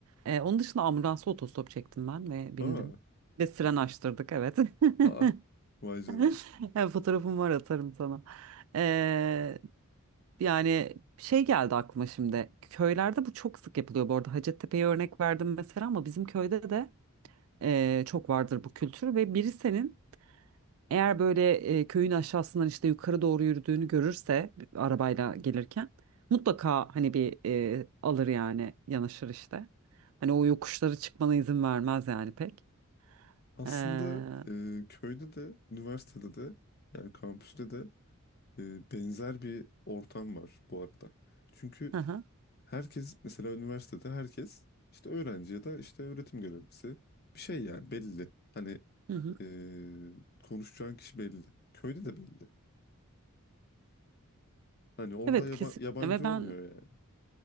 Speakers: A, on the right; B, on the left.
A: Eee, onun dışında ambulansa otostop çektim ben ve bindim.
B: Aa,
A: Ve siren açtırdık evet.
B: aa
A: <laughs>
B: vay canına.
A: Evet, Fotoğrafım var atarım sana. Eee, yani şey geldi aklıma şimdi. Köylerde bu çok sık yapılıyor bu arada. Hacettepe'ye örnek verdim mesela ama bizim köyde de eee, çok vardır bu kültür ve biri senin eğer böyle e, köyün aşağısından işte yukarı doğru yürüdüğünü görürse arabayla gelirken mutlaka hani bir e, alır yani yanaşır işte. Hani o yokuşları çıkmana izin vermez yani pek.
B: Aslında
A: Ee, hı
B: e, köyde de, üniversitede de, yani kampüste de e, benzer bir ortam var bu arada. Çünkü
A: hı,
B: herkes, mesela üniversitede herkes işte öğrenci ya da işte öğretim görevlisi bir şey yani belli. Hani
A: hı hı.
B: e, konuşacağın kişi belli. Köyde de belli. Hani orada
A: Evet
B: yaba-
A: kesinlikle
B: yabancı
A: ve ben
B: olmuyor yani.